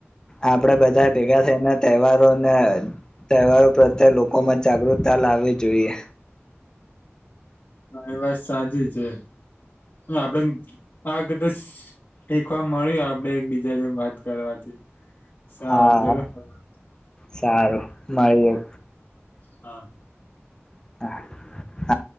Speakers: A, on the left; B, on the left.
A: આપડે બધા ભેગા થઈને તહેવારોને તહેવારો પ્રત્યે લોકોમાં જાગૃતતા લાવવી જોઈએ.
B: એ ને વાત સાચી છે આપડે આગતે <unintelligible> શીખવા મળ્યું આપડે એક બીજા જે વાત કરવાથી. સારું
A: હા
B: ચલો હા
A: સારું. મળીએ.
B: હા.
A: <inaudible>